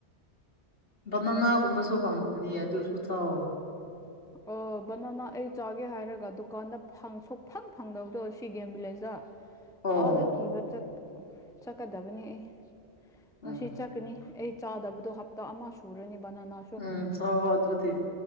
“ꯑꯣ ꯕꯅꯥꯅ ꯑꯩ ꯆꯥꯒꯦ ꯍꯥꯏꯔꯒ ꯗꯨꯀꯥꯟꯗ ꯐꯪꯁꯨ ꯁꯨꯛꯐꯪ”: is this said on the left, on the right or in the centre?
Centre